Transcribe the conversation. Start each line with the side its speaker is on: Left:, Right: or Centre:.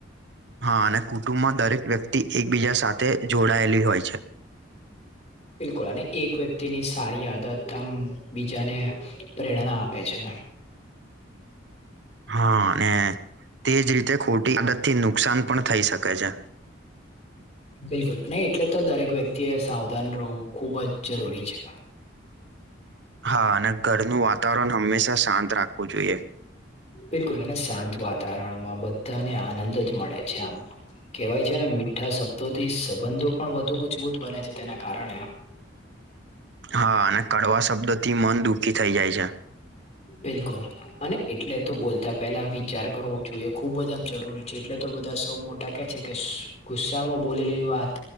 Right: હા, અને કુટુંબમાં દરેક વ્યક્તિ એકબીજા સાથે જોડાયેલી હોય છે.
Left: બિલકુલ, અને એક વ્યક્તિની સારી આદત આમ બીજાને પ્રેરણા આપે છે.
Right: હા, અને તેજ રીતે ખોટી આદત થી નુકસાન પણ થઈ શકે છે.
Left: બિલકુલ નહી, એટલે તો દરેક વ્યક્તિ એ સાવધાન રહેવું ખુબ જ જરૂરી છે.
Right: હા, અને ઘરનું વાતાવરણ હંમેશા શાંત રાખવું જોઈએ.
Left: બિલકુલ, અને શાંત વાતાવરણમાં બધાને આનંદ જ મળે છે. આમ કેવાય છે ને, મીઠા શબ્દોથી સંબંધો પણ વધુ મજબૂત બને છે, તેના કારણે
Right: હા, અને કડવા શબ્દો થી મન દુઃખી થઈ જાય છે.
Left: બિલકુલ. અને એટલે તો બોલતા પેલા વિચાર કરવો જોઈએ, ખુબ જ આમ જરૂરી છે, એટલે તો બધા સૌ મોટા છે કે, ગુસ્સામાં બોલેલી વાત